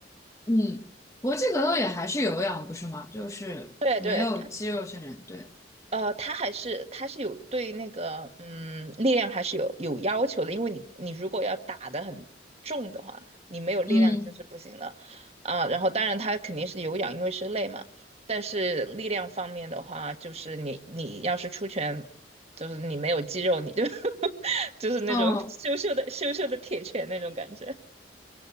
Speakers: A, on the left; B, on the right.
A: 嗯，搏击格斗也还是有氧，不是吗？就是没有肌肉训练，
B: 对对，
A: 对。
B: 呃，他还是他是有对那个嗯力量还是有有要求的，因为你你如果要打得很重的话，你没有力量就是不行的啊。
A: 嗯，
B: 然后当然他肯定是有氧，因为是累嘛。但是力量方面的话，就是你你要是出拳，就是你没有肌肉，你就 <laughs> 就是那种羞羞的羞羞的铁拳那种感觉
A: 嗯，